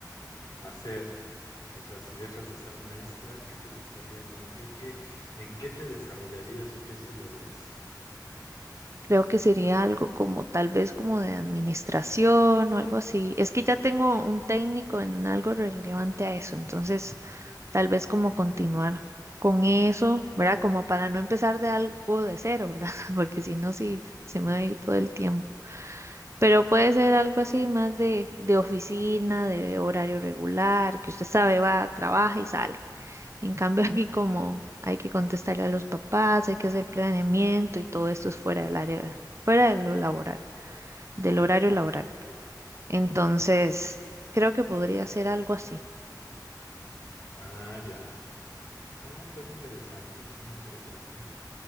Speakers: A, on the left; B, on the right.
A: hacer? O sea, si dejas de ser maestra, ¿qué te gustaría? Como que en qué, en qué te desarrollarías o qué estudiarías?
B: Creo que sería algo como tal vez como de administración o algo así. Es que ya tengo un técnico en algo relevante a eso, entonces Tal vez como continuar con eso, ¿verdad? Como para no empezar de algo de cero, ¿verdad? <laughs> Porque si no, sí, se me va a ir todo el tiempo. Pero puede ser algo así más de, de oficina, de horario regular, que usted sabe, va, trabaja y sale. En cambio, <laughs> aquí como hay que contestarle a los papás, hay que hacer planeamiento y todo esto es fuera del área, fuera de lo laboral, del horario laboral. Entonces, creo que podría ser algo así.
A: Ah, ya. Ah, suena interesante, suena interesante.